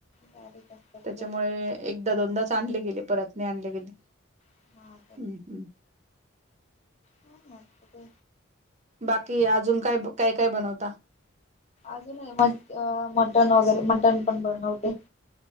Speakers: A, on the left; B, on the right.
A: बारीक असतात
B: त्याच्यामुळे
A: ते
B: एकदा दोनदाच आणले गेले परत नाही आणले गेले.
A: हा
B: हम्म हम्म.
A: ह मत ते
B: बाकी अजून काय काय काय बनवता?
A: अजून म मटन वगैरे मटन पण बनवते